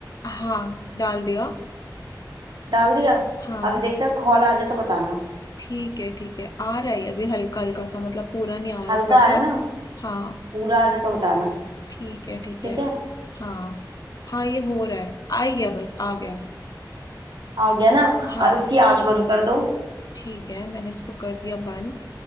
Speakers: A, on the left; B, on the right.
A: हाँ डाल दिया
B: डाल दिया
A: हाँ
B: अभी देखते हैं खौल आ जाए तो बताना
A: ठीक है ठीक है आ रहा है अभी हल्का हल्का सा मतलब पूरा नहीं आया
B: हल्का
A: ऊपर
B: आया
A: तक
B: ना
A: हाँ
B: पूरा आ जाए तो बताना
A: ठीक है ठीक
B: ठीक
A: है
B: है
A: हाँ हाँ ये हो रहा है आ गया बस आ गया
B: आ गया ना
A: हाँ
B: अब इसकी आंच बंद कर दो
A: ठीक है मैंने इसको कर दिया बंद